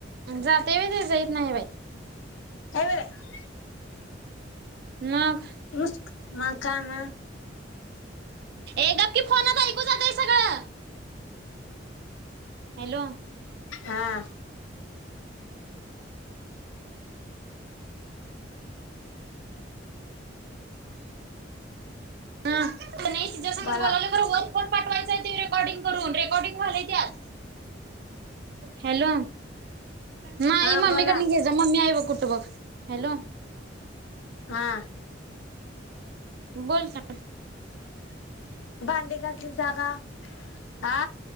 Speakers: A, on the right; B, on the left.
A: जातय वय ते जाईत नाही बाई.
B: <unintelligible>
A: मग
B: मुुस्क म काम
A: ए गप की फोनात ऐकू जातंय सगळं हॅलो
B: हा
A: हं तसं नाही तिच्या संगच
B: बोला
A: बोलायलं बरोबर फोन पाठवायचाय ते रेकॉर्डिंग करून, रेकॉर्डिंग व्हालंय त्यात. हॅलो नाही
B: हा
A: मम्मीकडन
B: बोला
A: घे जा. मम्मी आहे बघ. कुटबग हॅलो
B: हा.
A: बोल का?
B: भांडी घासलीसा का? आ